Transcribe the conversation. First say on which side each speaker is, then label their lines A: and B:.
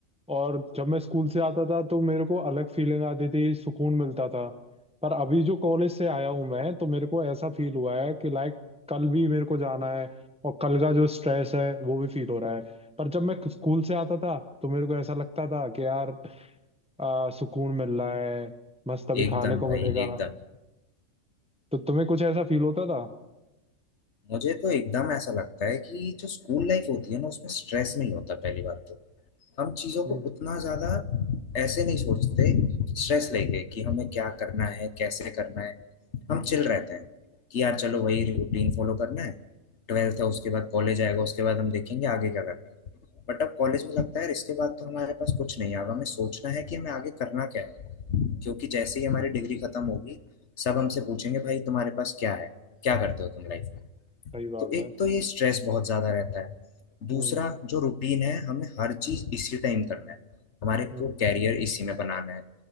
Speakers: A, in the centre; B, on the left.
A: और जब मैं स्कूल से आता था तो मेरे को अलग फीलिंग आती थी सुकून मिलता था पर अभी जो कॉलेज से आया हूँ मैं तो मेरे को ऐसा फील हुआ है कि लाइक कल भी मेरे को जाना है और कल का जो स्ट्रेस है वो भी फील हो रहा है पर जब मैं स्कूल से आता था तो मेरे को ऐसा लगता था कि यार आ, सुकून मिल रहा है मस्त अभी
B: एकदम
A: खाने को
B: भाई
A: मिलेगा
B: एकदम
A: तो तुम्हें कुछ ऐसा फील होता था
B: मुझे तो एकदम ऐसा लगता है कि जो स्कूल लाइफ होती है ना उसमें स्ट्रेस नहीं होता पहली बात तो हम चीज़ों
A: हम्म
B: को उतना ज़्यादा ऐसे नहीं सोचते स्ट्रेस लेके कि हमें क्या करना है कैसे करना है हम चिल रहते हैं कि यार चलो वही रूटीन फॉलो करना है ट्वेल्थ है उसके बाद कॉलेज आएगा उसके बाद हम देखेंगे आगे क्या करना है बट अब कॉलेज में लगता है यार इसके बाद तो हमारे पास कुछ नहीं है अब हमें सोचना है कि हमें आगे करना क्या है क्योंकि जैसे ही हमारी डिग्री खत्म होगी सब हमसे पूछेंगे भाई तुम्हारे पास क्या है क्या करते हो तुम लाइफ में
A: सही बात
B: तो एक
A: है
B: तो ये स्ट्रेस बहुत ज्यादा रहता है दूसरा
A: हम्म
B: जो रूटीन है हमें हर चीज इसी टाइम करना है हमारे
A: हम्म
B: को कैरियर इसी में बनाना है